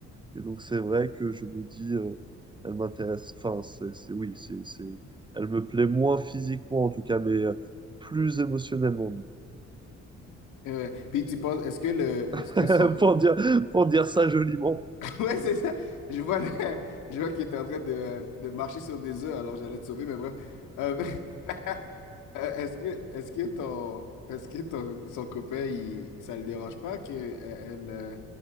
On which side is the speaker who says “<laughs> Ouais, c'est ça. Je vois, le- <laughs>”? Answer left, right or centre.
Left